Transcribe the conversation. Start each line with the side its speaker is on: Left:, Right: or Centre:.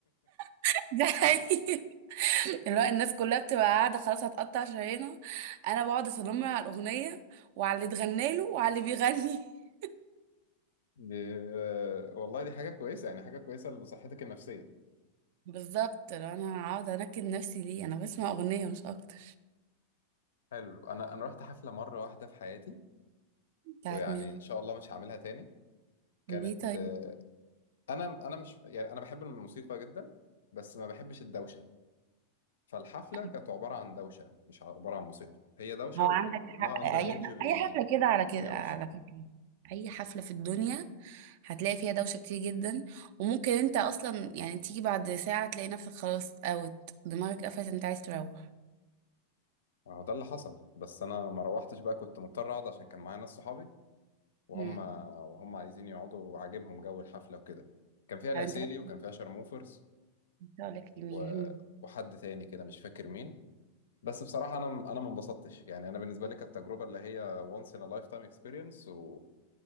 Right: <laughs> ده حقيقي اللي هو الناس كلها بتبقى قاعدة خلاص هتقطع شرايينها أنا بقعد أصنم على الأغنية وعلى اللي اتغنى له وعلى اللي بيغني <laughs>
Left: <laughs> دي والله دي حاجة كويسة يعني حاجة كويسة لصحتك النفسية
Right: بالظبط لو أنا هقعد أنكد نفسي ليه أنا بسمع أغنية مش أكتر
Left: حلو انا انا رحت حفلة مرة واحدة في حياتي
Right: بتاعت
Left: ويعني
Right: مين
Left: ان شاء الله مش هعملها تاني كانت
Right: ليه طيب
Left: آه، انا انا مش يعني انا بحب الموسيقى جدا بس ما بحبش الدوشة فالحفلة
Right: أيوة.
Left: كانت عبارة عن دوشة مش عبارة عن موسيقى هي دوشة
Right: هو
Left: وكلها
Right: عندك حق
Left: اندر
Right: أي
Left: ايدج
Right: ح-
Left: بي
Right: أي حفلة كده على كده
Left: من راسهم
Right: على فكرة أي حفلة في الدنيا هتلاقي فيها دوشة كتير جدا وممكن أنت أصلا يعني تيجي بعد ساعة تلاقي نفسك خلاص أوت دماغك قفلت أنت عايز تروح
Left: هو ده اللي حصل بس انا ما روحتش بقى كنت مضطر اقعد عشان كان معايا ناس صحابي وهم
Right: مم.
Left: وهم عايزين يقعدوا وعاجبهم جو الحفله وكده كان فيها العسيلي
Right: طب أنت بقى
Left: وكان فيها شرموفرز
Right: كنت هقولك لمين
Left: و... وحد تاني كده مش فاكر مين بس بصراحه انا انا ما انبسطتش يعني انا بالنسبه لي كانت تجربه اللي هي once in a lifetime experience و...